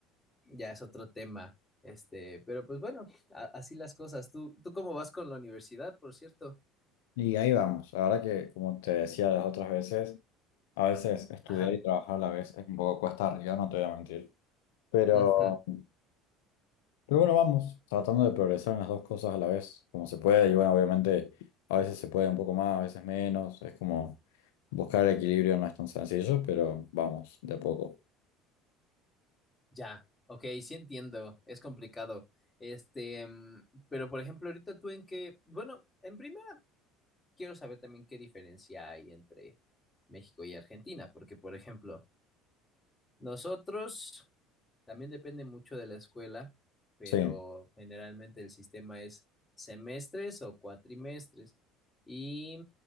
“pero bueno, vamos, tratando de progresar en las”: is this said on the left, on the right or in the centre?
Left